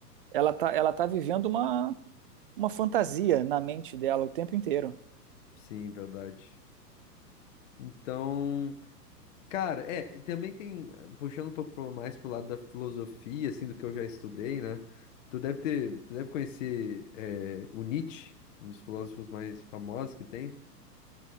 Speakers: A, on the right; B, on the left.
A: Ela tá, ela tá vivendo uma, uma fantasia na mente dela o tempo inteiro.
B: <laughs> Sim, verdade. Então, cara, é, também tem, puxando um pouco pro- mais pro lado da filosofia, assim, do que eu já estudei, né? Tu deve ter, tu deve conhecer é, o Nietzsche, um dos filósofos mais famosos que tem.